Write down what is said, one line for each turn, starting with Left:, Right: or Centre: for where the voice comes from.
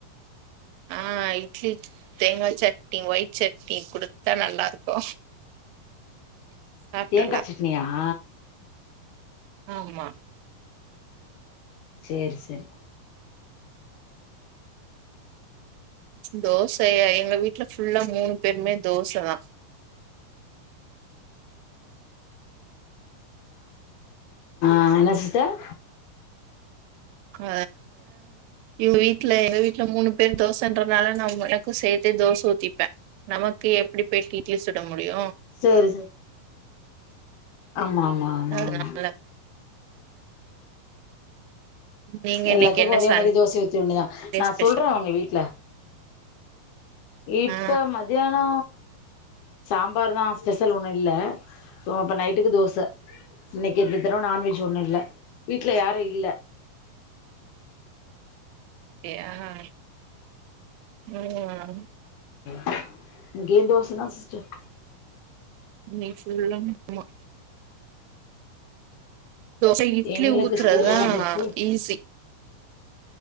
Right: ஆ இட்லி தேங்கா சட்னி ஒயிட் சட்னி குடுத்தா நல்லாருக்கு சாப்ட்றலா
Left: தேங்கா சட்னியா <inaudible>
Right: ஆமா
Left: செரி செரி
Right: தோசயா எங்க வீட்ல உள்ள மூணு பேருமே தோசதா
Left: ஆ என்ன சிஸ்டர்
Right: அ இவுங்க வீட்ல எங்க வீட்ல மூணு பெர் தோசன்றனால நா ஒழ க்கு சேர்த்தே தோச ஊத்திப்பே நமக்கு எப்டி பேட் இட்லி சுட முடியு
Left: சேரி சேரி ஆமா ஆமா ஆமா
Right: அதனால
Left: ஆமா
Right: நீங்க
Left: எல்லாத்துக்கு
Right: இன்னைக்கு என்ன
Left: ஒரே
Right: சண்டே
Left: மாரி தோச ஊத்திரவேண்டிதா நா
Right: ஸ்பெஷல்
Left: சொல்றே உங்க வீட்டுல இப்ப
Right: ஆ
Left: மதியானோ சாம்ப பார் தா ஸ்பெஷல் ஒண்ணு இல்ல இப்ப நைட்டுக்கு தோச இன்னைக்கு இந்நதரோ நான்வெஜ் ஒண்ணு இல்ல வீட்ல யாரு இல்ல
Right: ஏஹ் உஹம்
Left: கி தோச தோச தான் சிஸ்டர்
Right: நீ சொல்லும்மா தோச இட்லி
Left: எங்களுக்கு
Right: ஊத்துறதான்
Left: ஸ்கூ எனக்கு ஸ்கூல்
Right: ஈஸி